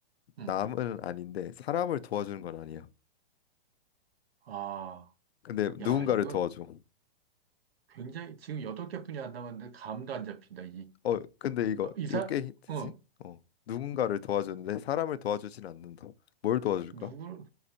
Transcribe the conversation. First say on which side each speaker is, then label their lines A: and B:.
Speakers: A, on the right (about 80°); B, on the left (about 85°).
A: 응.
B: 남은 아닌데, 사람을 도와주는 건 아니야.
A: 아,
B: 근데 누군가를
A: 야, 이거
B: 도와줘.
A: 굉장히, 지금 여덟 개 뿐이 안 남았는데 감도 안 잡힌다. 이
B: 어, 근데 이거
A: 어, 이사,
B: 이거 꽤 힌트지?
A: 어,
B: 어, 누군가를 도와주는데 사람을 도와주진 않는다. 뭘 도와줄까?
A: 누구,